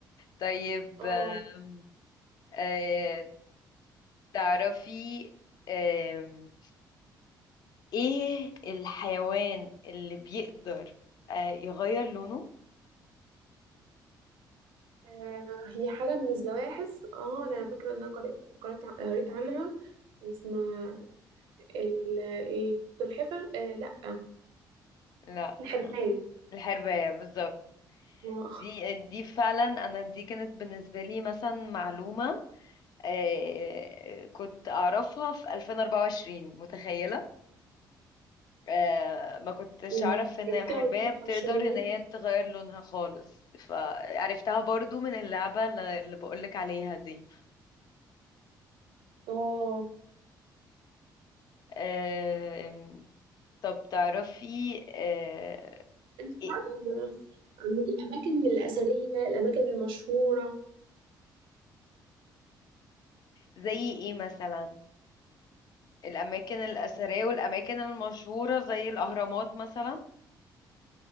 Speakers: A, on the left; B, on the right.
A: طيب
B: اه
A: آم، آه، تعرفي آم، ايه الحيوان اللي بيقدر آه، يغير لونه
B: آه، هي حاجة من الزواحف اه أنا فاكرة إن أنا قريت قريت قريت عنها اسمها ال ايه سلحفة آه لأ
A: لا
B: الحرباية
A: الحرباية بالظبط
B: آه.
A: دي دي فعلا انا دي كانت بالنسبة لي مثلا معلومة آه، كنت اعرفها في 2024 متخيلة آه، ما كنتش
B: مم.
A: اعرف ان
B: عرفتي
A: الحرباية
B: عن القطحة
A: بتقدر
B: شوية
A: ان هي تغير لونها خالص فعرفتها برضو من اللعبة اللي اللي بقولك عليها دي
B: اه
A: آم، طب تعرفي آه،
B: الفرق
A: إيه
B: عن عن الأماكن الأثرية الأماكن المشهورة
A: زي ايه مثلا الاماكن الاثريه والاماكن المشهوره زي الاهرامات مثلا